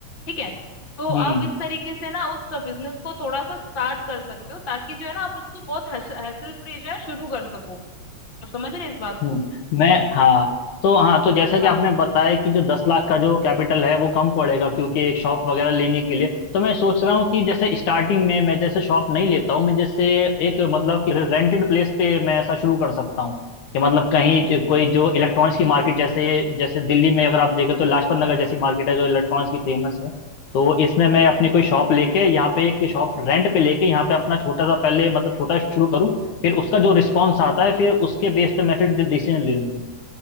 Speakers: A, on the left; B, on the left.
A: ठीक है तो
B: हम्म,
A: आप इस तरीके से ना उस बिजनेस को थोड़ा सा स्टार्ट कर सकते हो ताकि जो है ना आप इसको बहुत हैसल फ्री जो है शुरू कर सको आप समझ रहे हैं इस बात
B: हम्म,
A: को
B: मैं हाँ तो हाँ तो जैसा
A: हाँ
B: कि आपने बताया कि जो दस लाख का जो कैपिटल है वो कम पड़ेगा क्योंकि एक शॉप वगैरह लेने के लिए तो मैं सोच रहा हूँ कि जैसे स्टार्टिंग में मैं जैसे शॉप नहीं लेता हूँ मैं जैसे एक मतलब कि रेंटेड प्लेस पे मैं ऐसा शुरू कर सकता हूँ कि मतलब कहीं जो- कोई जो इलेक्ट्रॉनिक्स की मार्केट जैसे जैसे दिल्ली में अगर आप देखें तो लाजपत नगर जैसी मार्केट है जो इलेक्ट्रॉनिक्स की फेमस है तो इसमें मैं अपनी कोई शॉप लेके यहाँ पे एक शॉप रेंट पे लेके यहाँ पे अपना छोटा सा पहले मतलब छोटा शुरू करूँ फिर उसका जो रिस्पॉन्स आता है फिर उसके बेस पे मैं फिर डिसीजन ले लूंगी